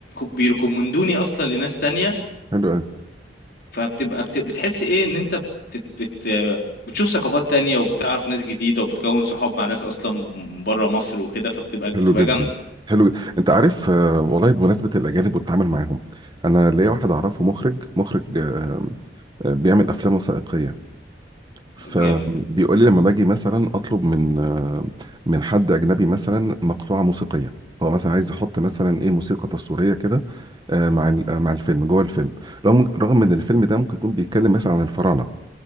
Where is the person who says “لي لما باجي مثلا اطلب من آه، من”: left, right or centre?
Right